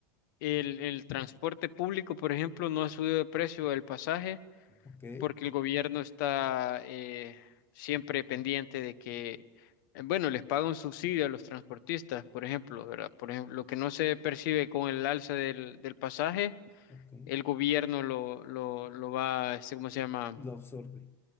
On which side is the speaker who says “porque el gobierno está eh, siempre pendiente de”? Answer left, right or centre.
Left